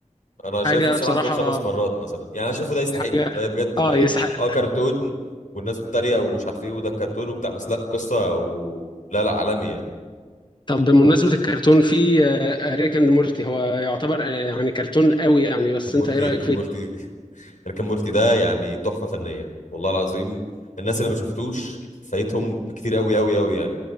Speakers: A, on the left (about 75°); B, on the left (about 35°).
A: انا شايفه
B: حاجه
A: بصراحه
B: بصراحه
A: فوق الخمس مرات مثلا يعني انا شايفه ده يستحق
B: حاجه
A: ده بجد
B: اه
A: ما
B: يسحق
A: يعني اه كرتون والناس بتتريق ومش عارف ايه وده كرتون وبتاع بس لا قصه و... لا لا عالمي يعني
B: طب بمناسبة الكرتون في آه، ريك اند مورتي هو يعتبر آه، يعني كرتون قوي يعني بس
A: ريكن
B: انت
A: مورتي
B: ايه رأيك
A: ريكن
B: فيه؟
A: مورتي <laughs> ريكن مورتي ده يعني تحفه فنيه والله العظيم الناس اللي ما شفتوش فايتهم كتير قوي قوي قوي يعني